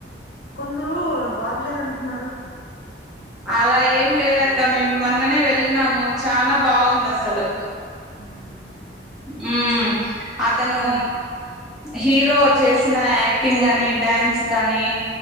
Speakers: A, on the left; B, in the centre.
A: కొందరు బాగలేదంటున్నారు
B: అలా ఏం లేదక్క మేము మొన్ననే వెళ్ళినము చానా బాగుంది అసలు
A: మ్మ్.
B: హ్మ్ అతను
A: దాని
B: హీరో చేసిన యాక్టింగ్ కానీ డ్యాన్స్ కానీ